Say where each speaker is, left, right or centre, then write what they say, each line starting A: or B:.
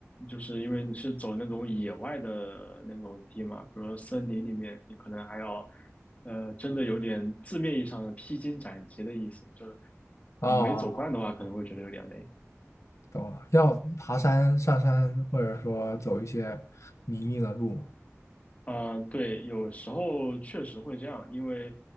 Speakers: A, on the left; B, on the left.
A: 就是因为你是走那种野外的那种地嘛，比如说森林里面，你可能还要。呃，真的有点字面意义上的披荆斩棘的意思，就是
B: 哦，
A: 没走惯的话，可能会觉得有点累。
B: 懂了，要爬山、上山，或者说走一些泥泞的路嘛。
A: 呃，对，有时候确实会这样，因为